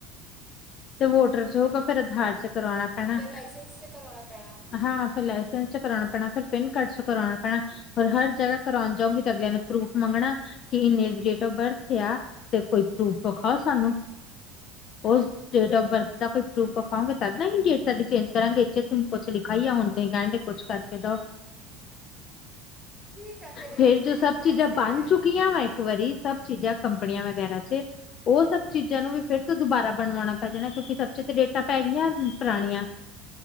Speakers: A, on the left; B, in the centre.
A: ਤੇ ਵੋਟਰ ਚ ਹੋਊਗਾ ਫਿਰ ਆਧਾਰ ਚ ਕਰਵਾਉਣਾ
B: ਫਿਰ ਲਾਇਸੈਂਸ ਤੇ ਕਰਾਉਣਾ ਪੈਣਾ
A: ਹਾਂ ਫਿਰ ਲਸੈਂਸ ਚ ਕਰਉਣਾ ਪੈਣਾ ਫਿਰ ਪਿੰਨ ਕਾਰਡ ਚ ਕਰਵਾਉਣਾ ਪੈਣਾ ਫਰ ਹਰ ਜਗ੍ਹਾ ਕਰਾਉਣ ਜਾਉਗੀ ਤਾਂ ਅਗਲਿਆਂ ਨੂੰ ਪ੍ਰੂਫ ਮੰਗਣਾ ਕਿ ਇੰਨੇ ਦੀ ਡੇਟ ਆਫ ਬਰਥ ਆ ਤੇ ਕੋਈ ਪ੍ਰੂਫ ਵਿਖਾਓ ਸਾਨੂੰ ਉਸ ਡੇਟ ਫ ਬਰਥ ਦਾ ਕੋਈ ਪ੍ਰੂਫ ਵਿਖਾਓਗੇ ਤਦ ਨਾ ਹੀ ਡੇਟ ਸਾਡੀ ਚੇਂਜ ਕਰਾਂਗੇ ਇੇ ਤੁਸੀਂ ਕੁਛ ਲਿਖਾ ਹੀ ਆ ਹੁਣ ਹੀ ਕਹਿਣ ਡਗੇ ਕੁਛ ਕਰਕੇ ਦੋ
B: ਠੀਕ ਆ ਫਿਰ ਇਹੀ
A: ਫਰ
B: ਤਰੀਕਾ
A: ਜੋ ਸਭ ਚੀਜ਼ਾਂ
B: ਸਹੀ
A: ਬਣ
B: ਆ
A: ਚੁੱਕੀਆਂ ਵਾ ਇੱਕ ਵਾਰੀ ਸਭ ਚੀਜ਼ਾਂ ਕੰਪਨੀਆਂ ਵਗੈਰਾ ਚ ਉਹ ਸਭ ਚੀਜ਼ਾਂ ਨੂੰ ਵੀ ਫਿਰਰ ਤੂੰ ਦੁਬਾਰਾ ਬਣਵਾਉਣਾ ਪੈ ਜਾਣਾ ਕਿਉਂਕਿ ਸਬ ਚ ਤੇ ਡੇਟਾਂ ਪੈ ਗਆਂ ਪੁਰਾਣੀਆਂ